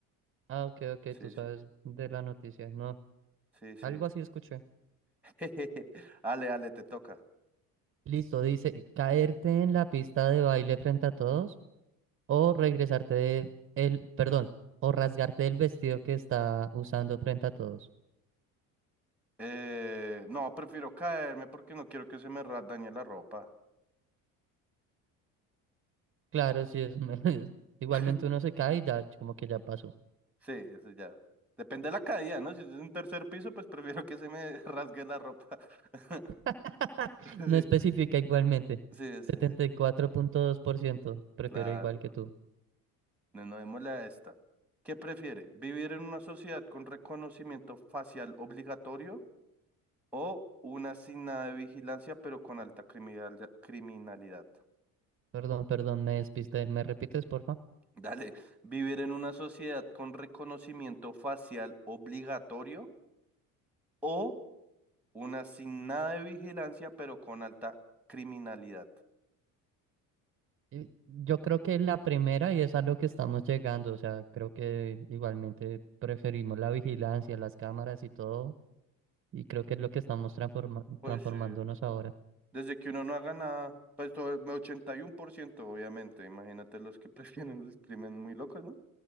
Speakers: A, on the right; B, in the centre.
A: Ah, ok, ok,
B: Sí,
A: tú sabes
B: sí,
A: de la noticia, no,
B: sí, sí.
A: algo así escuché.
B: <laughs> Ale, Ale, te toca.
A: Listo, dice, caerte en la pista de baile frente a todos o regresarte de el, perdón, o rasgarte el vestido que está usando frente a todos.
B: Eh, no, prefiero caerme porque no quiero que se me ra- dañe la ropa.
A: Claro, si es, <laughs> igualmente
B: <laughs>
A: uno se cae y ya como que ya pasó.
B: Sí, eso ya. Depende de la caída, ¿no? Si es un tercer piso, pues prefiero que se me <laughs> rasgue la ropa. <laughs>
A: <laughs>
B: Sí,
A: No especifica igualmente.
B: sí,
A: setenta
B: sí,
A: y cuatro punto dos por ciento. prefiero
B: claro.
A: igual que tú.
B: No, no démosle a esta. ¿Qué prefiere? ¿Vivir en una sociedad con reconocimiento facial obligatorio o una sin nada de vigilancia, pero con alta criminal- criminalidad?
A: Perdón, perdón, me despiste. ¿Me repites, porfa?
B: Dale, vivir en una sociedad con reconocimiento facial obligatorio o una sin nada de vigilancia, pero con alta criminalidad.
A: Y Yo creo que la primera y es a lo que estamos llegando. O sea, creo que igualmente preferimos la vigilancia, las cámaras y todo Y creo que es lo que estamos transforma-
B: Pues
A: transformándonos
B: eh,
A: ahora.
B: desde que uno no haga nada, pues todo, 81% obviamente. Imagínate los que <laughs> prefieren el crimen muy locos, ¿no?